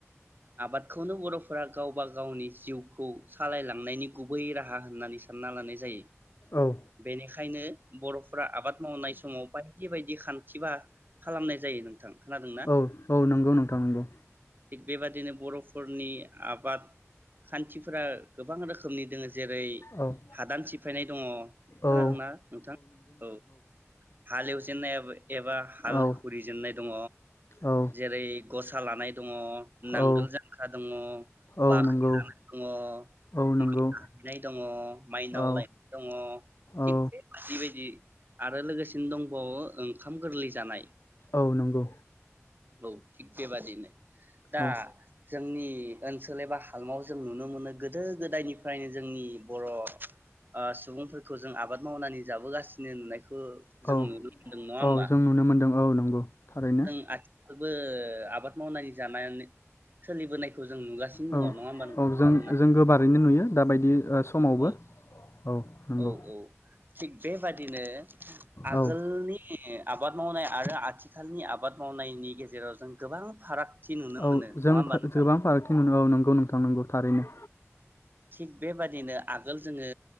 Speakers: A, on the right; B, on the left.
A: आबादखौनो बर' फोरा गावबा गावनि जिउखौ सालायलांनायनि गुबै राहा होननानै सानना लानाय जायो
B: औ
A: बेनि खायनो बर'फोरा आबाद मावनाय समाव बायदि बायदि खानथि बा खालामनाय जायो नोंथां। खोनादों ना?
B: औ औ नंगौ नोंथां नंगौ।
A: थिग बेबादिनो बर'फोरनि आबाद खानथिफोरा गोबां रोखोमनि दोङो। जेरै
B: औ
A: हादान सि फायनाय दङ। खोनादों
B: औ
A: ना नोंथां? औ हालेवजेननाय एबा हाल
B: औ
A: जुरि जेननाय दङ।
B: औ
A: जेरै गसा लानाय दङ। नांगोल
B: औ
A: जांख्रा दङ
B: औ
A: बाख्रि
B: नंगौ
A: लानाय दङ
B: औ नंगौ
A: माइ नायहैनाय दङ माइनाव
B: औ
A: लायनाय दङ थिग
B: औ
A: बेबायदि बायदि आरो लोगोसेनो दंबावो ओंखाम गोरलै जानाय।
B: औ नंगौ।
A: औ थिक बेबादिनो दा
B: औ
A: जोंनि ओनसोल एबा हालामाव जों नुनो मोनो। गोदो गोदायनिफ्रायनो जोंनि बर' ओ सुबुंफोरखौ जों आबाद मावनानै जाबोगासिनो नुनायखौ खौ जों
B: औ
A: नुनो मोनदों नङा
B: औ
A: होमबा
B: जों नुनो मोनदों औ नंगौ थारैनो
A: उम बो आबाद मावनानै जानानै सोलिबोनायखौ जों नुगासिनो दङ
B: औ
A: नङा होमबा नों
B: औ
A: खोनादोंना
B: जों जों गोबारैनो नुयो दाबायदि समावबो
A: औ
B: औ नंगौ
A: औ औ थिग बेबादिनो आगोलनि
B: औ ओ
A: आबाद मावनाय आरो आथिखालनि आबाद मावनायनि गेजेराव जों गोबां फारागथि नुनो मोनो
B: औ
A: नङा
B: जों
A: होमबा
B: गोबां
A: नोंथां
B: फारागथि मोनो औ नंगौ नोंथां नोंगौ थारैनो।
A: थिग बेबादिनो आगोल जोङो